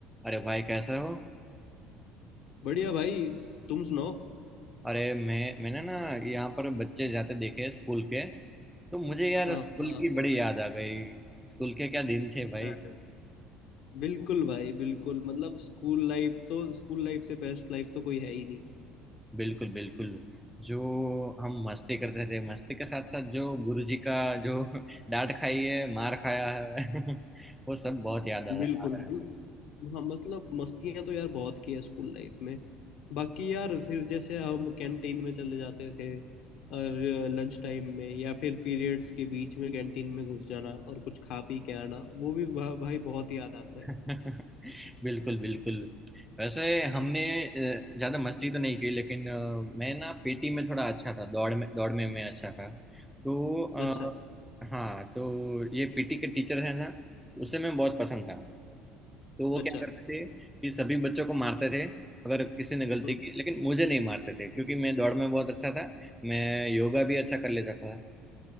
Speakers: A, in the centre; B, on the left.
A: अरे भाई कैसे हो
B: बढ़िया भाई तुम सुनाओ
A: अरे मैं मैंने ना यहाँ पर बच्चे जाते देखे स्कूल के तो मुझे यार
B: हाँ
A: स्कूल
B: हाँ
A: की बड़ी याद आ गई स्कूल के क्या दिन थे भाई
B: अरे, बिल्कुल भाई बिल्कुल मतलब स्कूल लाइफ तो स्कूल लाइफ से बेस्ट लाइफ तो कोई है ही नहीं
A: बिल्कुल बिल्कुल जो हम मस्ती करते थे मस्ती के साथ साथ जो गुरुजी का जो <laughs> डांट खाई है मार खाया है <laughs> वो सब बहुत याद आ
B: बिल्कुल
A: आ रहा
B: मतलब
A: है
B: हाँ मतलब मस्तियां तो यार बहुत की है स्कूल लाइफ में बाकी यार फिर जैसे हम कैंटीन में चले जाते थे और लंच टाइम में या फिर पीरियड्स के बीच में कैंटीन में घुस जाना और कुछ खा पी के आना वो भी भा, भाई बहुत याद आता है
A: <laughs> बिल्कुल बिल्कुल वैसे हमने अ, ज्यादा मस्ती तो नहीं की लेकिन अ, मैं ना पीटी में थोड़ा अच्छा था दौड़ में दौड़ में मैं अच्छा था तो अ,
B: अच्छा
A: हाँ तो ये पीटी के टीचर हैं ना उसे मैं बहुत पसंद था तो वो
B: अच्छा
A: क्या करते थे कि सभी बच्चों को मारते थे अगर किसी ने गलती
B: हम्म,
A: की लेकिन मुझे नहीं मारते थे क्योंकि मैं दौड़ में बहुत अच्छा था मैं योगा भी अच्छा कर लेता था